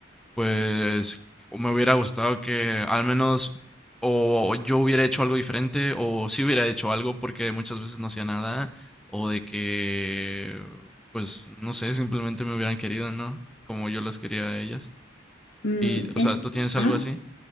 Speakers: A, in the centre; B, on the left.
A: pues, me hubiera gustado que al menos o yo hubiera hecho algo diferente o sí hubiera hecho algo porque muchas veces no hacía nada o de que, pues, no sé, simplemente me hubieran querido, ¿no? Como yo las quería a ellas.
B: Mm,
A: Y, o
B: en-
A: sea, ¿tú tienes
B: Ah,
A: algo así?